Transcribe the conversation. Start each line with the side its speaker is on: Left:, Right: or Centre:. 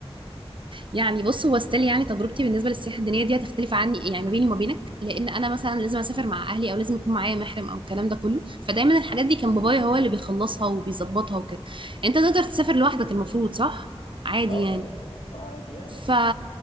Right: يعني بص هو ستيل يعني تجربتي بالنسبه للسياحه الدينيه دي هتختلف عني يعني ما بيني وما بينك لان انا مثلا لازم اسافر مع اهلي او لازم يكون معايا محرم او الكلام ده كله فدايما الحاجات دي كان بابايا هو اللي بيخلصها وبيظبطها وكده انت تقدر تسافر لوحدك المفروض صح عادي
Left: اه
Right: يعني
Left: اكيد اه عادي يعني
Right: ف...
Left: ما-